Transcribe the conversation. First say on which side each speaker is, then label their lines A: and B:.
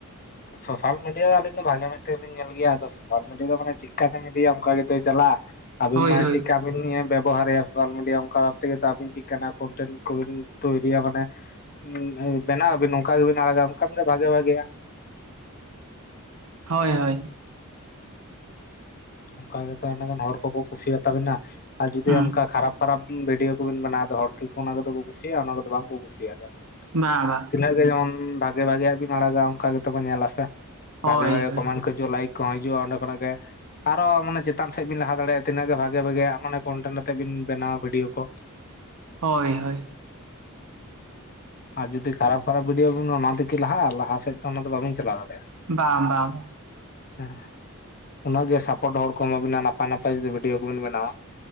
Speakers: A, on the left (about 40°); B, on the right (about 75°).
A: ᱥᱳᱥᱟᱞ ᱢᱤᱰᱤᱭᱟ ᱫᱚ ᱟᱹᱞᱤᱧ ᱫᱚ ᱵᱷᱟᱜᱮ ᱢᱤᱫᱴᱮᱱ ᱞᱤᱧ ᱧᱮᱞ ᱜᱮᱭᱟ ᱟᱫᱚ ᱥᱳᱥᱟᱞ ᱢᱤᱰᱤᱭᱟ ᱫᱚ ᱢᱟᱱᱮ ᱪᱮᱠᱟᱛᱮᱢ ᱤᱫᱤᱭᱟ ᱚᱱᱠᱟ ᱜᱮᱛᱚᱭ ᱪᱟᱞᱟᱜᱼᱟ᱾ ᱟᱵᱤᱱ
B: ᱦᱳᱭ
A: ᱢᱟ
B: ᱦᱳᱭ
A: ᱪᱮᱫᱠᱟ ᱱᱤᱱ ᱵᱮᱵᱚᱦᱟᱨᱮᱭᱟ ᱥᱚᱥᱟᱞ ᱢᱰᱤᱭᱟ ᱛᱮᱜᱮ ᱛᱚ ᱟᱵᱤᱱ ᱪᱮᱫ ᱠᱟᱱᱟᱜ ᱠᱚᱱᱴᱮᱱᱴ ᱠᱚᱵᱤᱱ ᱛᱳᱭᱨᱤᱭᱟ ᱢᱟᱱᱮ ᱦ ᱵᱮᱱᱟᱣ ᱟᱵᱤᱱ ᱚᱱᱠᱟ ᱜᱮᱵᱤᱱ ᱟᱲᱟᱜᱟ ᱚᱱᱠᱟᱱ ᱜᱮ ᱵᱷᱟᱜᱤ ᱵᱷᱟᱜᱮᱭᱟᱜ
B: ᱦᱳᱭ ᱦᱳᱭ
A: ᱚᱱᱠᱟ ᱜᱮᱛᱚ ᱚᱱᱟ ᱜᱟᱱ ᱦᱚᱲ ᱠᱚᱠᱚ ᱠᱩᱥᱤᱭᱟᱛᱟᱵᱤᱱᱟ ᱟᱨ ᱡᱩᱫᱤ
B: ᱦᱩᱸ
A: ᱚᱱᱠᱟ ᱠᱷᱟᱨᱟᱯ ᱠᱷᱟᱨᱟᱯ ᱵᱷᱤᱰᱭᱳ ᱠᱚᱵᱮᱱ ᱵᱮᱱᱟᱣ ᱟᱫᱚ ᱦᱚᱲᱠᱤ ᱠᱚ ᱚᱱᱟ ᱠᱚᱫᱚ ᱠᱚ ᱠᱩᱥᱤᱭᱟᱜᱼᱟ ᱚᱱᱟ ᱠᱚᱫᱚ ᱵᱟᱝ ᱠᱩᱥᱤᱭᱟᱜᱼᱟ ᱡᱮᱢᱚᱱ
B: ᱵᱟᱝ ᱵᱟᱝ
A: ᱜᱮ ᱡᱮᱢᱚᱱ ᱵᱷᱟᱜᱮ ᱵᱷᱟᱜᱮᱭᱟᱜ ᱵᱤᱱ ᱟᱲᱟᱜᱟ ᱚᱱᱠᱟ ᱜᱮᱛᱚ ᱠᱚ ᱧᱮᱞᱟᱥᱮ
B: ᱦᱳᱭ
A: ᱵᱷᱟᱜᱮ ᱵᱷᱟᱜᱮ
B: ᱦᱳᱭ
A: ᱠᱚᱢᱮᱱᱴ ᱠᱚ ᱦᱤᱡᱩᱜ ᱞᱟᱭᱤᱠ ᱠᱚ ᱦᱤᱡᱩᱜᱼᱟ ᱚᱸᱰᱮ ᱠᱷᱚᱱᱟᱜ ᱜᱮ᱾ ᱟᱨᱚ ᱢᱟᱱᱮ ᱪᱮᱛᱟᱱ ᱥᱮᱫ ᱵᱤᱱ ᱞᱟᱦᱟ ᱫᱟᱲᱮᱭᱟᱜᱼᱟ ᱛᱤᱱᱟᱹᱜ ᱜᱮ ᱵᱷᱟᱜᱮ ᱵᱷᱟᱜᱮᱭᱟᱜ ᱢᱟᱱᱮ ᱠᱚᱱᱴᱮᱱᱴ ᱟᱛᱮᱜ ᱵᱤᱱ ᱵᱮᱱᱟᱣᱟ ᱵᱷᱤᱰᱭᱳ ᱠᱚ᱾
B: ᱦᱳᱭ ᱦᱳᱭ᱾
A: ᱟᱨ ᱡᱩᱫᱤ ᱠᱷᱟᱨᱟᱵ ᱠᱷᱟᱨᱟᱵ ᱵᱷᱤᱰᱭᱳ ᱵᱮᱱ ᱵᱮᱱᱟᱣᱟ ᱟᱱᱟᱛᱤᱠᱤ ᱞᱟᱦᱟᱜᱼᱟ ᱞᱟᱦᱟ ᱥᱮᱫ ᱫᱚ ᱚᱱᱟ ᱫᱚ ᱵᱟᱵᱮᱱ ᱪᱟᱞᱟᱣ ᱫᱟᱲᱮᱭᱟᱜᱼᱟ᱾
B: ᱵᱟᱝ ᱵᱟᱝ᱾
A: ᱦᱮᱸ ᱩᱱᱟᱹᱜ ᱜᱮ ᱥᱟᱯᱳᱚᱴ ᱦᱚᱲ ᱠᱚ ᱮᱢᱟ ᱵᱤᱱᱟ ᱱᱟᱯᱟᱭ ᱱᱟᱯᱟᱭ ᱡᱩᱫᱤ ᱵᱷᱤᱰᱭᱳ ᱠᱚᱵᱤᱱ ᱵᱮᱱᱟᱣᱟ᱾